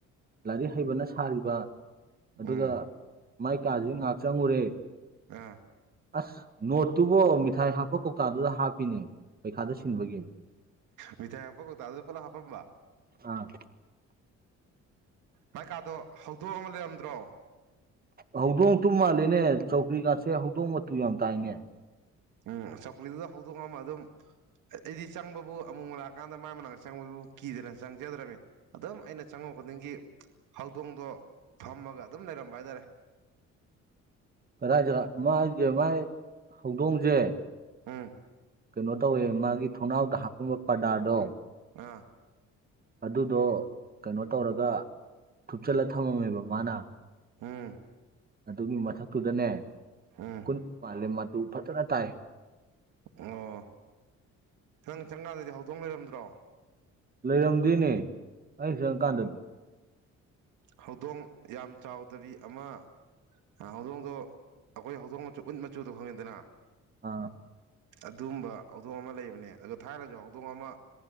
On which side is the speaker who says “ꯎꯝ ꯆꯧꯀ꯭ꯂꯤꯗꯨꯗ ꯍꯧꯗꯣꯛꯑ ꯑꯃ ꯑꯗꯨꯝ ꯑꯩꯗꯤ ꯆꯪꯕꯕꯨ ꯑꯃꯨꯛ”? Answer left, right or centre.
Right